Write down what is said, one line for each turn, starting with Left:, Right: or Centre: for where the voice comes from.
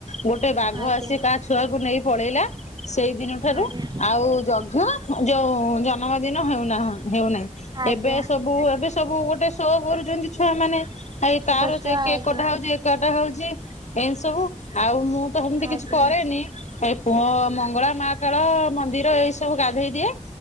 Left: ଗୋଟେ ବାଘ
Right: ଆଜ୍ଞା
Left: ଆସି କା ଛୁଆ କୁ ନେଇ ପଳେଇ ସେଇଦିନ ଠାରୁ
Right: ଆଜ୍ଞା
Left: ଆଉ ଜଘ୍ୟ ଯଉ ଜ ନ ଦିନ ହେଉନା ହେଉନାହିଁ।
Right: ଆଜ୍ଞା
Left: ଏବେ ସବୁ ଏବେ ସବୁ ଗୋଟେ ସୋ କରୁଛନ୍ତି ଛୁଆ ମାନେ ଏଇ
Right: ଛୋଟ
Left: ତାର ଅ
Right: ଛୁଆ
Left: ସେ କିଏ
Right: ଆଜ୍ଞା
Left: କଟା ହଉଚି ଟା ହଉଛି ଏମ ସବୁ ଆଉ ମୁଁ ତ ହେମିତି
Right: ଆଜ୍ଞା
Left: କିଛି କରେନି ଏ ପୁଅ ମଙ୍ଗଳା ମାହାକାଳ ମନ୍ଦିର ଏଇ ସବୁ ଗାଧେଇ ଦିଏ